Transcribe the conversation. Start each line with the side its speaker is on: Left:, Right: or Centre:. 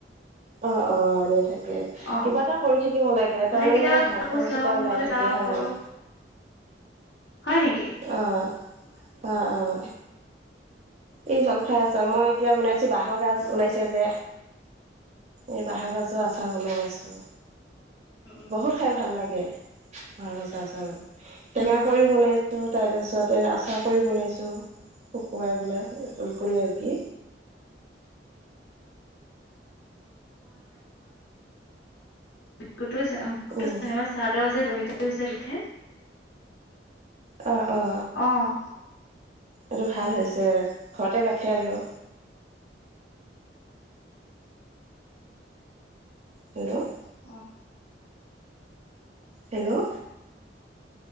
Right: অহ অহ এনে থাক কে
Left: অ',
Right: কিবা এটা কৰি থাকিব লাগে তাৰ মানে
Left: কেতিয়াবা কাপোৰ
Right: হাত খৰচ
Left: চিলাব
Right: এটা
Left: মন
Right: ওলাই
Left: গ'লে
Right: থাকে
Left: যাওঁ
Right: হয়।
Left: কৰো হয় নিকি?
Right: অহ অহ অহ। এই জলফাই আচাৰ, মই এতিয়া বনাইছো বাঁহৰ গাজ
Left: অ',
Right: ওলাইছে যে এই বাঁহৰ গাজ আচাৰ বনাই আছো,
Left: উম, উম,
Right: বহুত খাই ভাল লাগে ভাল আচাৰ- চাৰৰ। টেঙা
Left: উম
Right: কৰিও বনাইছো তাৰ পিছত এ আচাৰ কৰি বনাইছো শুকুৱাই বোলে। উম উম কোনে আৰু কি!
Left: কতো চিনিমা
Right: উম
Left: চাই। <inaudible> চাদৰ যে দহী থৈ যে গুঠে।
Right: অ'হ, অ'হ।
Left: অ'হ।
Right: এইটো ভাল হৈছে ঘৰতে গাঠে আৰু। হেল্ল'!
Left: অ।
Right: হেল্ল'!